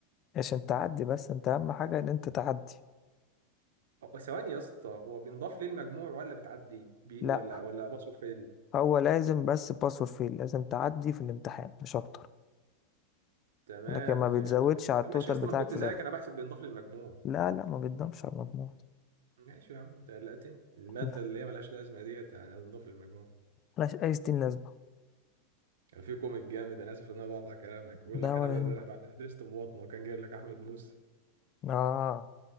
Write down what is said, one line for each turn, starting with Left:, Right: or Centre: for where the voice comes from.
Left: عشان تعدي بس أنت أهم حاجة إن أنت تعدي
Right: أه، ثواني يا اسطى هو بينضاف ليه المجموع ولا بتعدي بي
Left: لا
Right: ولا ولا باصه فيل
Left: هو لازم بس باس اور فيل لازم تعدي في الامتحان مش اكتر
Right: تمام
Left: لكن ما
Right: فهمتك
Left: بتزودش على التوتال
Right: طب ماشي يا اسطى
Left: بتاعك
Right: ما انا كنت
Left: في
Right: زيك
Left: الاخر
Right: انا بحسب بينضاف للمجموع
Left: لا لا ما بتضمش على المجموع
Right: ماشي يا عم انت قلقتني المادة
Left: لا،
Right: اللي هي ملهاش لازمة ديت يعني هتنضاف للمجموع
Left: ملهاش اي ستين لازمه
Right: كان في كوميك جامد انا اسف ان انا بقطع كلامك بيقول
Left: ده
Right: لك
Left: ولا
Right: انا بدل-
Left: يهمك
Right: بعد ما درست مواطنة كان جايب لك احمد موسى
Left: اه